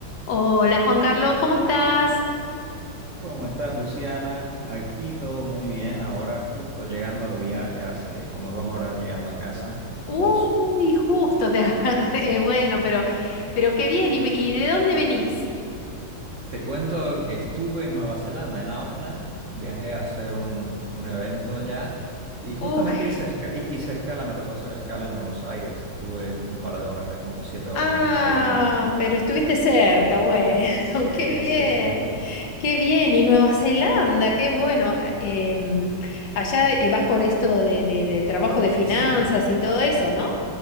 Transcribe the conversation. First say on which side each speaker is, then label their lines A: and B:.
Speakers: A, on the left (about 65°); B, on the right (about 50°).
A: Hola Juan Carlos, ¿cómo estás?
B: ¿Cómo estás, Luciana? Aquí todo muy bien. Ahora justo llegando de viaje, hace como dos horas llegando a casa.
A: Uy,
B: ¿Vos?
A: justo te agarré. <laughs> Bueno, pero, pero qué bien. ¿Y, y de dónde venís?
B: Te cuento que estuve en Nueva Zelanda, en Auckland. Viajé a hacer un, un evento allá y justamente
A: Uy,
B: hice, esca- hi- hice escala, me tocó hacer escala en Buenos Aires. Estuve un par de horas, eh, como siete horas
A: ah,
B: en Buenos Aires antes.
A: pero estuviste cerca, bueno, <laughs>
B: Sí,
A: qué bien,
B: sí, sí.
A: qué bien.
B: Y-
A: Y Nueva Zelanda, qué bueno. A- em, allá eh, vas por esto de, de, de trabajo de finanzas
B: sí.
A: y todo eso, ¿no?